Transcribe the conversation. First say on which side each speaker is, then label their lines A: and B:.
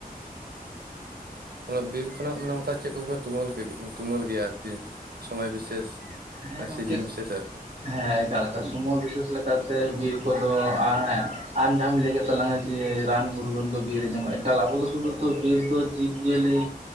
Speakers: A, on the right (about 80°); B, on the right (about 45°).
A: ᱚᱱᱮ ᱵᱤᱨ ᱠᱷᱚᱱᱟᱜ ᱢᱟᱱᱮ ᱚᱝᱠᱟ ᱪᱮᱜ ᱠᱚᱯᱮ ᱛᱩᱢᱟᱹᱞ ᱠᱮᱜ ᱛᱩᱢᱟᱹᱞ ᱜᱮᱭᱟ ᱟᱨᱠᱤ ᱥᱚᱢᱚᱭ ᱵᱤᱥᱮᱥ?
B: ᱦᱮᱸ ᱜᱚᱝᱠᱮᱜ
A: ᱥᱤᱡᱤᱱ ᱵᱤᱥᱮᱥ ᱟᱨᱠᱤ
B: ᱦᱮᱸ ᱮᱠᱟᱞ ᱮᱠᱟᱞ ᱥᱚᱢᱚᱭ ᱵᱤᱥᱮᱥ ᱞᱮᱠᱟᱛᱮ ᱵᱤᱨ ᱠᱚᱫᱚ ᱟᱨ ᱦᱮᱸ ᱟᱨ ᱡᱟᱦᱟᱸᱢ ᱞᱟᱹᱭ ᱠᱮᱫ ᱛᱟᱞᱟᱝᱟ ᱡᱮ ᱨᱟᱱ ᱢᱩᱨᱜᱟᱹᱱ ᱵᱤᱨ ᱧᱟᱢᱚᱜᱼᱟ, ᱮᱠᱟᱞ ᱟᱵᱚ ᱫᱚ ᱥᱩᱫᱷᱩ ᱛᱚ ᱵᱤᱨ ᱫᱚ ᱡᱤᱵᱽ ᱡᱤᱭᱟᱹᱞᱤ